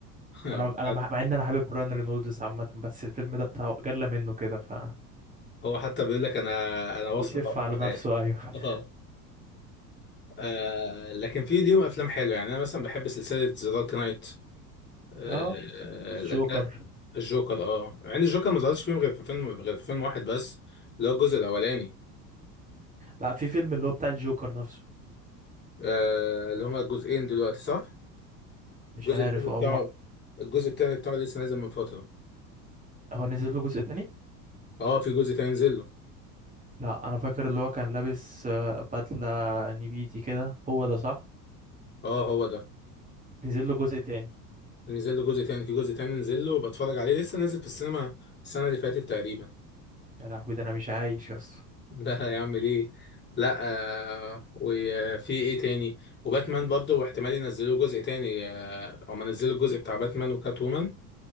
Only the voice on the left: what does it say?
<laughs>
هو حتى بيقول لك انا انا وصمة
عمري
في حياتي
اه آه، لكن في ليهم افلام حلوه يعني انا مثلا بحب سلسله ذا دارك نايت آه،
آه،
الأك- الجوكر اه مع ان الجوكر ما ظهرش فيهم غير في فيلم غير في فيلم واحد بس اللي هو الجزء الاولاني
آه، اللي هما الجزئين دلوقتي صح
الجزء
التاني
بتاعه
الجزء التاني بتاعه لسه نازل من فتره
اه في جزء تاني نزل له
اه هو ده
نزل له جزء تاني في جزء تاني نزل له بتفرج عليه لسه نازل في السينما السنه اللي فاتت تقريبا
ده هيعمل ايه لا آه وفي ايه تاني وباتمان برضه واحتمال ينزلوا جزء تاني آه هما نزلوا الجزء بتاع باتمان وكات وومن